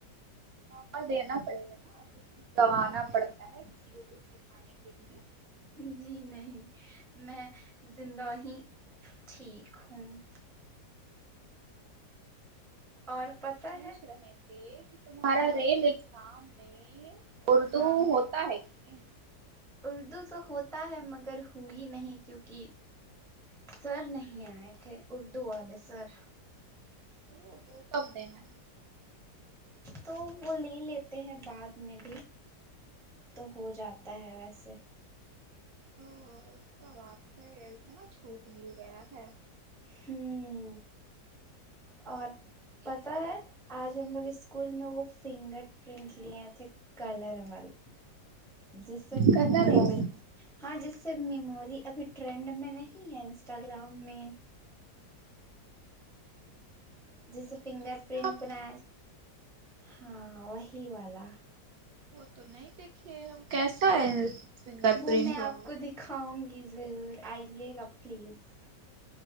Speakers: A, on the right; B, in the centre.
A: موقع دینا پڑے گا نا کہ کچھ گوانا پڑتا ہے کسی کو کچھ سکھانے کے لیے
B: جی نہیں میں زندہ ہی ٹھیک ہوں اور پتہ
A: وہ پوچھ
B: ہے
A: رہے کہ تمہارا
B: ہاں
A: ریل اگزام میں اردو
B: ہاں
A: ہوتا ہے کہ نہیں
B: اردو تو ہوتا ہے مگر ہوئی نہیں کیونکہ سر نہیں آئے تھے اردو والے سر
A: وہ وہ کم دینا
B: تو وہ لے لیتے ہیں بعد میں بھی تو ہو جاتا ہے ویسے
A: تو اس کا باپ سے اسے نا چھوٹ مل گیا ہے
B: ہمم اور پتہ ہے آج ہم لوگ اسکول میں وہ فنگر پرنٹ لیے تھے کلر وال جیس سے میموری
A: کلر والا
B: بنتی ہاں جس سے میموری ابھی ٹرینڈ میں نہیں ہے انسٹاگرام میں جیسے فنگر
A: انسٹا
B: پرنٹ
A: میں
B: بنایا ہاں وہی والا
A: وہ تو نہیں دیکھے ہم کیسا ہے فنگر
B: وہ
A: پرنٹ
B: میں آپ
A: والا
B: کو دکھاؤں گی ضرور آئیے گا پلیز